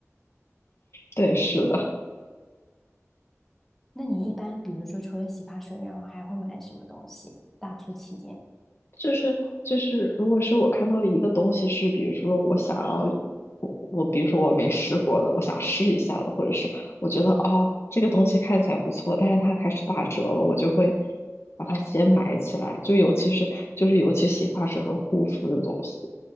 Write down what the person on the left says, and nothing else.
对，是的，
就是就是，如果是我看到一个东西是，比如说我想要，我我比如说我没试过的，我想试一下的，或者是我觉得哦这个东西看起来不错，但是它开始打折了，我就会把它先买起来，就尤其是就是尤其洗发水和护肤的东西，